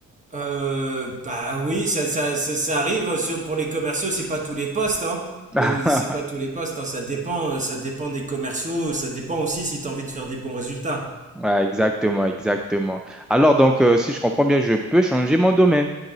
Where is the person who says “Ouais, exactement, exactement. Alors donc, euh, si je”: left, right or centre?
Centre